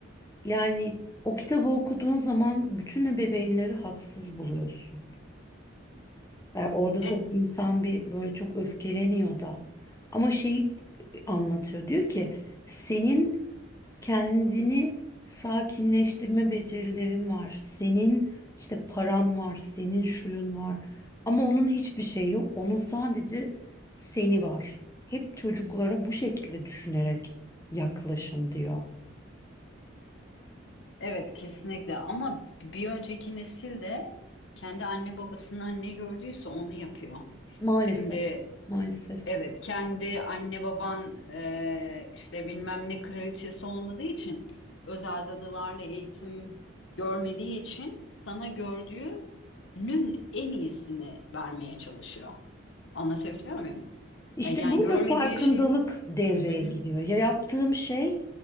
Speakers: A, on the left (about 15°); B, on the left (about 65°).
A: yani o kitabı okuduğun zaman bütün ebeveynleri haksız buluyorsun. E, orada tabii
B: E-
A: insan bir böyle çok öfkeleniyor da. Ama şeyi e, anlatıyor. Diyor ki senin kendini sakinleştirme becerilerin var. Senin işte paran var, senin şuyun var. Ama onun hiçbir şeyi yok. Onun sadece seni var. Hep çocuklara bu şekilde düşünerek yaklaşın diyor.
B: evet, kesinlikle. Ama bir önceki nesil de kendi anne babasından ne gördüyse onu yapıyor.
A: Maalesef,
B: Şimdi
A: maalesef.
B: Evet, kendi anne baban eee, işte bilmem ne kraliçesi olmadığı için özel dadılarla eğitim görmediği için sana gördüğünün en iyisini vermeye çalışıyor. Anlatabiliyor muyum?
A: İşte
B: E, yani
A: burada
B: görmediği
A: farkındalık
B: şey.
A: devreye
B: Hı hı,
A: giriyor. Ya yaptığım şey,